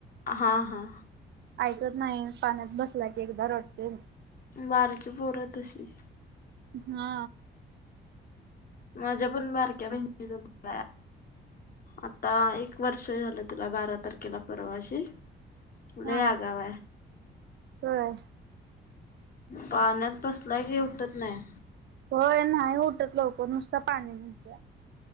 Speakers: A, on the left; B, on the right.
A: हा हा
B: ऐकत नाही पाण्यात बसला की एकदा रडते
A: बारके पुर तशीच
B: हा
A: माझ्या पण बारक्या बहिणीचा आता एक वर्ष झालं तिला बारा तारखेला परवाशी
B: हा
A: ल आग
B: हा.
A: व
B: होय
A: पाण्यात बसलाय क उठत नाही
B: होय नाही उठत लवकर नुसत पाणी म्ह्हत्या